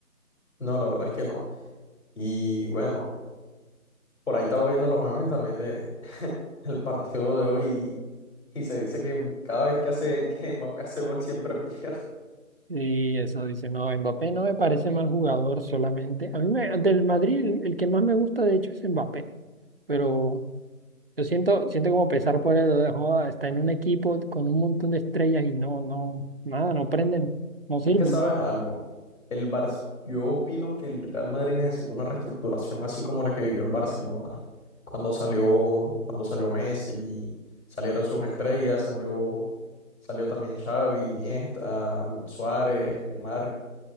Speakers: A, on the left; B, on the right.
A: No, la verdad es que no. Y bueno, por ahí estaba viendo los memes también de <laughs> el partido de hoy y, y se dice que cada vez que hace que Mbappé hace gol siempre <laughs> pierde.
B: Y eso dice, no, Mbappé no me parece mal jugador solamente. A mí me- del Madrid el, el que más me gusta de hecho es Mbappé, pero yo siento, siento como pesar por él, lo dejó, está en un equipo con un montón de estrellas y no, no, nada, no prenden, no sirven.
A: Es que sabes algo, el Bar yo opino que el Real Madrid necesita una reestructuración así como la que vivió el Barcelona. Cuando salió, cuando salió Messi, salieron sus estrellas, salió, salió también Xavi, Iniesta, mm, Suárez, Neymar.